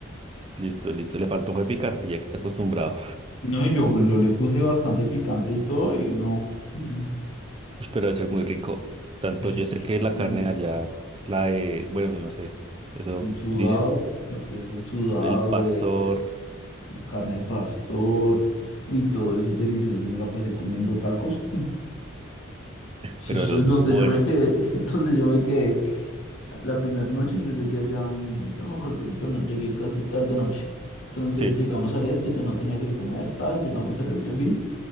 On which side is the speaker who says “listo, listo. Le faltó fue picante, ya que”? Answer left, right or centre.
Right